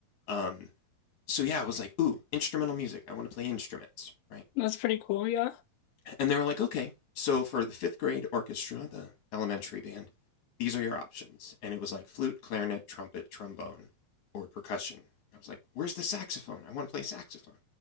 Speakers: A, on the left (about 55°); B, on the left (about 75°).
A: um, so yeah, I was like, ooh, instrumental music. I want to play instruments, right?
B: That's pretty cool. Yeah.
A: And they were like, okay, so for the fifth grade orchestra, the elementary band, these are your options. And it was like flute, clarinet, trumpet, trombone, or percussion. I was like, where's the saxophone? I want to play saxophone.